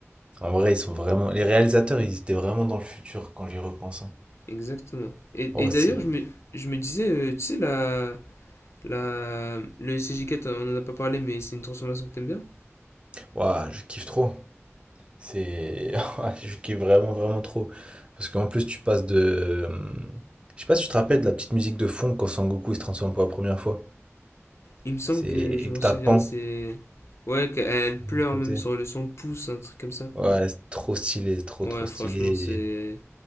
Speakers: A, on the right; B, on the left.
A: En vrai, ils sont vraiment les réalisateurs, ils étaient vraiment dans le futur quand j'y repense, hein.
B: exactement. Et,
A: Oh,
B: et d'ailleurs,
A: c'est
B: je me, je me disais, euh, tu sais, la, la, le CJ4, on en a pas parlé, mais c'est une transformation que t'aimes bien.
A: waouh, je kiffe trop. C'est. <laughs> Je kiffe vraiment, vraiment trop. Parce qu'en plus, tu passes de. Je sais pas si tu te rappelles de la petite musique de fond quand Sangoku il se transforme pour la première fois.
B: Il me semble
A: C'est.
B: que
A: Et
B: je m'en
A: que
B: souviens,
A: t'as Pan
B: c'est. Ouais, qu'elle pleure
A: à côté.
B: même sur le son pouce, un truc comme ça.
A: Ouais, c'est trop stylé, trop,
B: Ouais,
A: trop
B: franchement,
A: stylé.
B: c'est.